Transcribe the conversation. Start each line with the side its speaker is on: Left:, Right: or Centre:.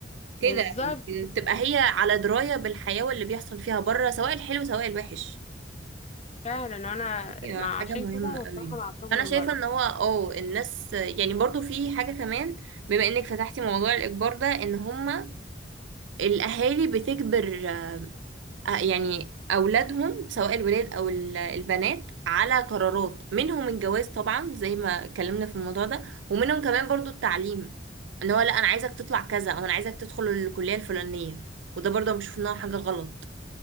Right: كده
Left: بالظبط
Right: تبقى هي على دراية بالحياة واللي بيحصل فيها بره سواء الحلو سواء الوحش
Left: فعلا أنا
Right: هي
Left: مع
Right: حاجة
Left: عشان
Right: مهمة
Left: كده أنا
Right: قوي
Left: الصراحة مع شغل
Right: أنا
Left: المرأة
Right: شايفة إن هو اه الناس يعني برضو في حاجة كمان بما إنك فتحتي موضوع الإجبار ده إن هما الأهالي بتجبر آه، يعني أولادهم سواء الولاد أو ال- البنات على قرارات منهم الجواز طبعا زي ما اتكلمنا في الموضوع ده ومنهم كمان برضو التعليم إن هو لأ أنا عايزك تطلع كذا أو أنا عايزك تدخل الكلية الفلانية وده برضه بشوف إنها حاجة غلط